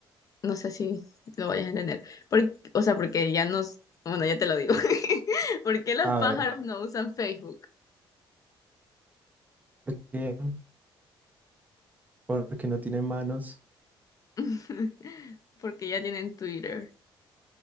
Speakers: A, on the left (about 40°); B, on the right (about 15°).
A: no sé si lo vayas a entender. Por- o sea, porque ya nos, bueno, ya te lo digo. <laughs> ¿Por qué los
B: A
A: pájaros
B: ver,
A: no usan Facebook?
B: ¿por qué? Porque no tiene manos.
A: <laughs> Porque ya tienen Twitter.